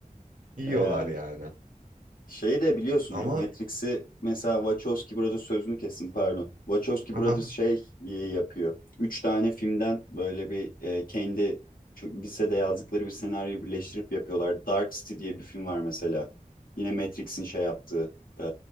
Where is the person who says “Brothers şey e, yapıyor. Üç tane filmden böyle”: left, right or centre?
Left